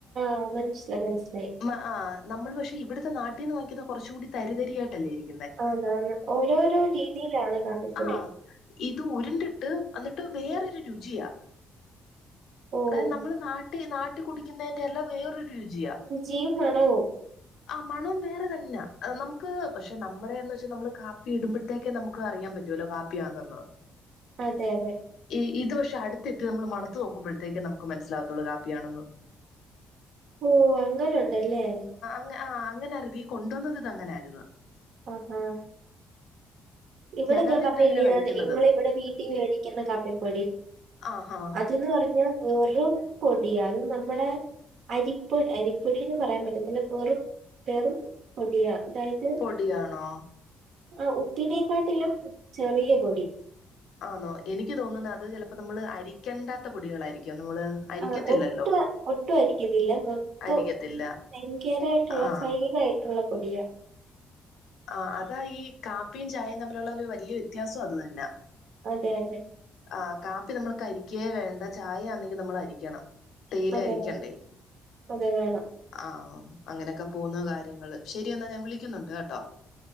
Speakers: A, on the right; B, on the left.
A: അത് മനസ്സില മനസ്സിലായി
B: മ ആ നമ്മൾ പക്ഷെ ഇവിടുത്തെ നട്ടിൽ നിന്ന് വാങ്ങിക്കുന്ന കുറച്ച കൂടി തരിതരിയായിട്ടല്ലോയിരിക്കും
A: ആണ് ആണ് ഓരോരോ രീതിയിലാണ് കാപ്പിപ്പൊടി
B: ആഹ് ഇത് ഉരിണ്ടിട്ട് എന്നിട്ട് വേറൊരു രുചിയാ
A: ഓഹ്
B: അതായത് നമ്മള് നാട്ടി നാട്ടി കുടിക്കുന്നതിന്റെ എല്ലാം വേറൊരു രുചിയാണ്
A: രുചിയും <unintelligible>
B: ആ മണോ വേറെ തന്നെ നമുക്ക് പക്ഷെ നമ്മുടെന്ന് പ നമ്മള് കാപ്പി ഇടുമ്പഴത്തേക്കും നമുക്ക് അറിയാൻ പറ്റുവല്ലോ കാപ്പിയാണന്ന്
A: അതെ അതെ
B: ഈ ഇത് പക്ഷേ അടുത്തെത്തി നമ്മൾ മണത്തു നോക്കുമ്പോഴത്തേക്കും നമുക്ക് മനസ്സിലകത്തുള്ള കാപ്പിയാണെന്ന്
A: ഓ അങ്ങന ഉണ്ടല്ലേ
B: അ ആ അങ്ങനെയായി ഈ കൊണ്ടുവന്നത് ഇത് അങ്ങനെ ആയിരുന്നു
A: ആഹ ആ ഇവിടെ
B: ഞാനാദ്യമായിട്ട്
A: ഞാൻ പറഞ്ഞില്ലേ
B: അങ്ങനെ കഴിക്കുന്നത്
A: ഞാൻ ഇങ്ങള് ഇവിടെ വീട്ടിൽ മേടിക്കുന്ന കാപ്പിപ്പൊടി
B: ആഹ ആഹ
A: അതെന്ന് പറഞ്ഞാ വെറും പൊടി അത് നമ്മുടെ അരിപ്പൊടി അരിപ്പൊടിന്ന് പറയാൻ പറ്റത്തില്ല വെറും വെറും പൊടിയാ അതായത്
B: പൊടിയാണോ
A: ആ ഉപ്പിനേക്കാട്ടിലും ചെറിയ പൊടി
B: ആണോ എനിക്ക് തോന്നുന്നത് അത് ചിലപ്പോ നമ്മള് അരിക്കേണ്ടാത്ത പൊടികളായിരിക്കും നമ്മള് അരിക്കത്തില്ലല്ലോ
A: ആ ഒട്ടു ഒട്ടും അരിക്കിന്നില്ല മൊത്തം
B: അരിക്കത്തില്ല
A: ഭയങ്കരമായിട്ടുള്ള
B: ആ
A: ഫൈൻ ആായിട്ടുള്ള പൊടിയാ
B: ആ അതാ ഈ കാപ്പിയും ചായയും തമ്മിലുള്ള വലിയ വ്യത്യാസം അത് തന്ന
A: അതെ അതെ
B: ആ കാപ്പി നമ്മൾ അരിക്ക വേണ്ട ചായയാണെങ്കിൽ നമ്മൾ അരിക്കണം തേയില
A: അതെ
B: ആയിരിക്കണ്ടേ
A: അതെ. അതെ വേണം.
B: ആഹ അങ്ങനെയൊക്കെ പോവുന്നു കാര്യങ്ങളും ശരിയ എന്നാ ഞാൻ വിളിക്കുന്നുണ്ട് കേട്ടോ